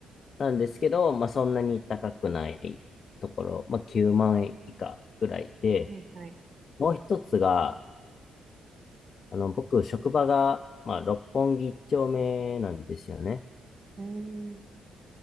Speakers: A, on the left (about 45°); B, on the right (about 45°).
A: なんですけど、まあ、そんなに高くないところ、まあ、9万円以下ぐらいで、
B: いはい。
A: もう一つが、あの、僕、職場が、まあ、六本木一丁目なんですよね。
B: うーん。